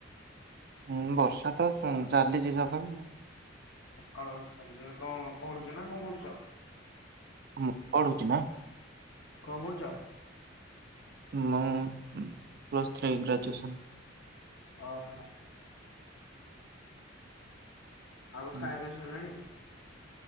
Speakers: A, on the right; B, on the left.
A: ହୁଁ ବର୍ଷା ତ ଶୁଣୁ ଚାଲିଚି ସକାଳୁ ଆଉ।
B: ସକାଳୁ ଚାଲିଛି କଣ ପଢୁଛ ନା କଣ କରୁଛ?
A: ମୁଁ ପଢୁଛି ନା।
B: କଣ କରୁଛ?
A: ମ ମୁଁ ପ୍ଲସ୍ ଥ୍ରୀ ଗ୍ରାଜୁଏସନ୍।
B: ଅହ। ଆଉ
A: ହୁଁ
B: ଖାଇବା ସଇଲାଣି?